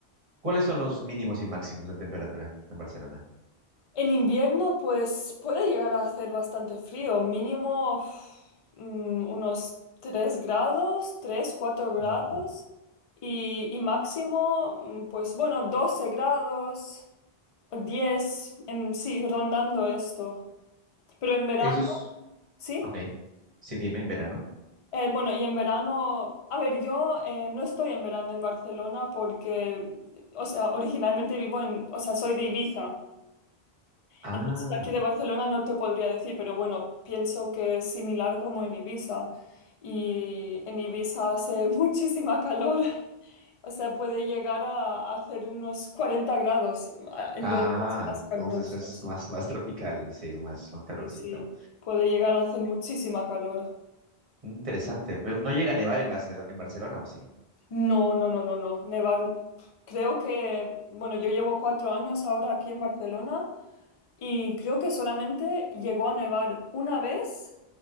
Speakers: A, on the right; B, on the left.
A: ¿Cuáles son los mínimos y máximos de temperatura en Barcelona?
B: En invierno, pues puede llegar a hacer bastante frío, mínimo uf, mm, unos 3 grados, tres cuatro grados
A: Oh,
B: y, y máximo, mm, pues bueno, 12 grados, 10 en, sí, rondando esto. Pero en verano,
A: eso es.
B: ¿sí?
A: Ok. Sí, dime, en verano.
B: Eh, bueno, y en verano, a ver, yo eh, no estoy en verano en Barcelona porque, o sea, originalmente vivo en, o sea, soy de Ibiza.
A: Ah,
B: Entonces, de aquí de Barcelona no te podría decir, pero bueno, pienso que es similar como en Ibiza. Y en Ibiza hace <laughs> muchísima calor, o sea, puede llegar a, a hacer unos 40 grados a- en
A: ah,
B: los días más
A: entonces
B: calurosos.
A: es más, más tropical, sí, más, más calorcito.
B: Sí, sí, puede llegar a hacer muchísima calor.
A: Interesante. Pero no llega a nevar en Barce- en Barcelona, ¿o sí?
B: No, no, no, no, no. Nevar, creo que, bueno, yo llevo cuatro años ahora aquí en Barcelona y creo que solamente llegó a nevar una vez,